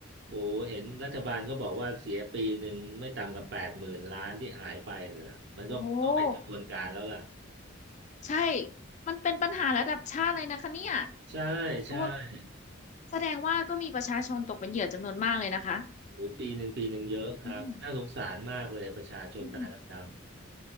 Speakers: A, on the right; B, on the left.
A: โอ้เห็นรัฐบาลก็บอกว่าเสียปีหนึ่งไม่ต่ำกว่าแปดหมื่นล้านที่หายไปน่ะมันก็ต้องเป็นกระบวนการแล้วล่ะ
B: โอ้ ใช่ มันเป็นปัญหาระดับชาติเลยนะคะเนี่ย
A: ใช่ใช่
B: โอ้แสดงว่าก็มีประชาชนตกเป็นเหยื่อจำนวนมากเลยนะคะ
A: โอ้ปีหนึ่งปีหนึ่งเยอะครับน่าสงสารมากเลยประชาชนตาดำ
B: อืมอืม